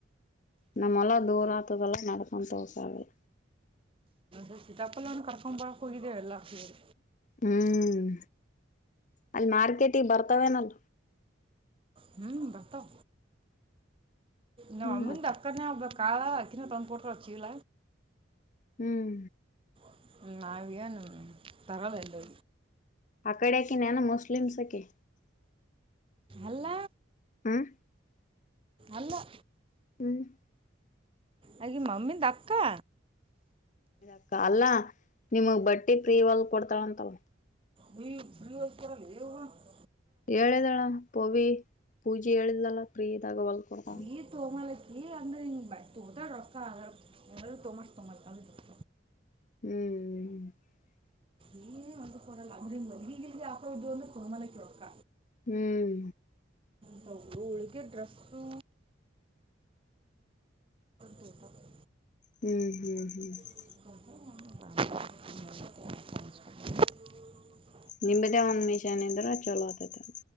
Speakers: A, on the left; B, on the right.
A: ನಮ್ಮ ಹೊಲ ದೂರ ಆತದೆಲ್ಲ ನಡ್ಕೊಂಡ ಹೋಗಕಾಗಲ್ಲ.
B: ಅ ಸೀತಾಪಲ್ಲವನ್ನು ಕರ್ಕೊಂಡ್ ಬಾಕ್ ಹೋಗಿದ್ದೇವೆ ಎಲ್ಲಾ ಸೇರಿ.
A: ಹ್ಮ್ ಅಲ್ಲಿ ಮಾರ್ಕೆಟಿಗೆ ಬರ್ತವೆ ನಾನ್
B: ಹ್ಮ್ <unintelligible> ನಾವ
A: ಹ್ಮ್
B: ಅಮ್ಮಿಂದ
A: ಮತ್ತ
B: ಅಕ್ಕನ ಆಗಬೇಕ ಅಕ್ಕಿನ ತಂದ್ ಕೋಟ್ಲ ಚೀಲ.
A: ಹ್ಮ್
B: <unintelligible> ತರೋದದು.
A: ಆ ಕಡೆಕನ್ <unintelligible> ಮುಸ್ಲಿಮ್ಸ ಅಕಿ.
B: ಅಲ್ಲ
A: <unintelligible>
B: ಅಲ್ಲ
A: <unintelligible>
B: ಅ ಮಮ್ಮಿ <unintelligible> ದಾಕ್ಕಾ.
A: ಕ್ಕ ಅಲ್ಲಾ ನಿಮಗ್ ಬಟ್ಟಿ ಫ್ರೀವಲ್ ಹೋಲ್ ಕೊಡ್ತಾಳಂತಲ್.
B: ನೀ ಶ್ರೀ ವಯಸ್ಕರಲ್ಲ <unintelligible>
A: ಹೇಳಿದಳ ಪವಿ <unintelligible> ಹೇಳಿದ್ಲಲ್ಲ ಫ್ರೀ ಇದಾಗ ಹೊಲ್ ಕೊಡತ.
B: <unintelligible>
A: ಹ್ಮ್
B: ನೀ ಏ ಒಂದು ಕೊಡಲ್ಲ ಅಂದ್ರ ಮಗಲ್ಗೆ ಯಾಕ ಇದು ಅಂದು ಕೊಮಲಕ್ಕೆರಕ್ಕ.
A: ಹ್ಮ್
B: ಹೌ ಹುಳದಿದ್ದ ಡ್ರಗ್ಸು. ತೊಗೊತಾವ
A: ಹ್ಮ್ ಹು ಹು <unintelligible>
B: <inaudible>
A: ನಿಂಬದೇ ಒಂದ್ ಮಿಷನ್ ಇದ್ರ ಚಲೋ ಆತತೆ.